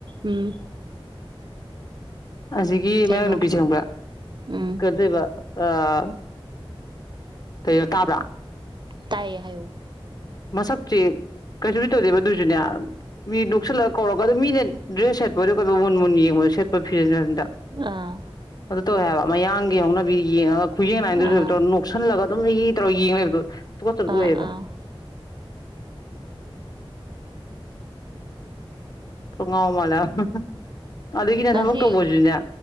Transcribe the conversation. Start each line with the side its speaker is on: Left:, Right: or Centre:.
Right: ꯎꯝ
Left: ꯑꯁꯤꯒꯤ
Right: ꯀꯩꯅꯣ
Left: ꯃꯌꯥꯡ ꯅꯨꯄꯤꯁꯦ ꯈꯪꯕ꯭ꯔꯥ
Right: ꯎꯝ
Left: ꯀꯩꯅꯣꯇꯧꯏꯕ ꯑꯥ ꯀꯩꯅꯣ ꯇꯥꯕ꯭ꯔꯥ
Right: ꯇꯥꯏꯌꯦ ꯍꯥꯏꯌꯣ
Left: ꯃꯁꯛꯁꯦ ꯀꯩꯁꯨꯗꯤ ꯇꯧꯗꯦꯕ ꯑꯗꯨꯁꯨꯅꯦ ꯃꯤ ꯅꯣꯛꯁꯜꯂꯒ ꯀꯧꯔꯒ ꯑꯗꯨ ꯃꯤꯅ ꯗ꯭ꯔꯦꯁ ꯁꯦꯠꯄꯗꯣ ꯀꯩ ꯃꯨꯟ ꯃꯨꯟ ꯌꯦꯡꯕꯗ ꯁꯦꯠꯄ <inaudible>
Right: ꯑꯥ
Left: ꯇꯧꯏ ꯍꯥꯏꯕ ꯃꯌꯥꯡꯒꯤ ꯍꯧꯅꯕꯤ ꯌꯦꯡꯉꯒ ꯈꯨꯌꯦꯡ ꯂꯥꯌꯦꯡꯗꯨꯁꯨ
Right: ꯑꯥ
Left: ꯅꯣꯛꯁꯜꯂꯒ ꯑꯗꯨꯝ ꯍꯤꯍꯤꯇꯧꯔꯒ ꯌꯦꯡ ꯂꯩꯕꯗꯣ ꯊꯨꯀꯠꯇꯕꯗꯨꯣ
Right: ꯑꯥ
Left: ꯑꯣꯏꯌꯦꯕ
Right: ꯑꯥ
Left: ꯈꯔ ꯉꯥꯎ ꯃꯥꯜꯂꯦ ꯍꯥꯏꯕ ꯑꯗꯨꯒꯤꯅꯦ
Right: ꯉꯁꯤ
Left: ꯊꯕꯛ ꯇꯧꯕꯁꯤꯅꯦ